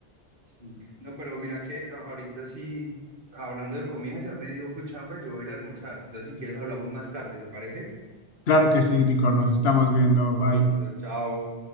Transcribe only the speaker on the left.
Claro que sí, Nico, nos estamos viendo. Bye.